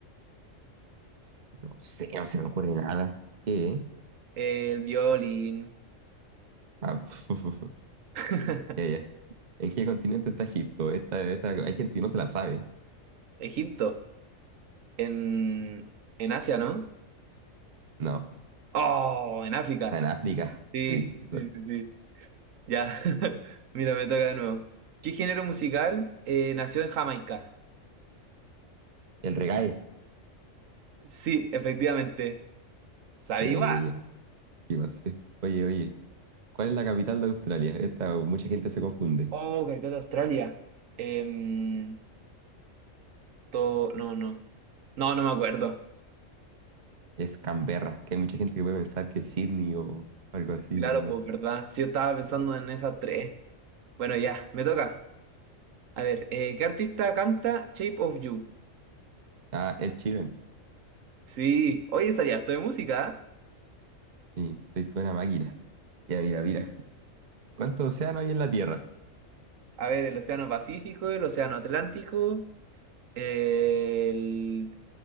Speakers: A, on the right; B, on the right.
A: No sé, no se me ocurre nada. ¿Qué?
B: el violín.
A: Ah, <laughs>
B: <laughs>
A: ya, ya. ¿En qué continente está Egipto? Esta, esta, hay gente que no se la sabe.
B: Egipto. En, en Asia, ¿no?
A: No,
B: Oh, en África.
A: está en África.
B: Sí,
A: Sí, exacto.
B: sí, sí, sí. Ya. <laughs> Mira, me toca de nuevo. ¿Qué género musical eh, nació en Jamaica?
A: El reggae.
B: Sí, efectivamente. ¿Sabía?
A: Ya, ya, ya. ¿Qué pasó? Oye, oye. ¿Cuál es la capital de Australia? Esta mucha gente se confunde.
B: Oh, capital de Australia. Em, to- No, no. No, no me acuerdo.
A: Es Canberra, que hay mucha gente que puede pensar que es Sydney o algo así,
B: Claro,
A: pero no.
B: pues verdad. Sí, yo estaba pensando en esas tres. Bueno, ya, me toca. A ver, eh, ¿qué artista canta Shape of You?
A: Ah, Ed Sheeran.
B: Sí, oye, sabía harto de música. ¿eh?
A: Sí, soy toda una máquina. <laughs> Ya, mira, mira. ¿Cuántos océanos hay en la Tierra?
B: A ver, el Océano Pacífico, el Océano Atlántico. El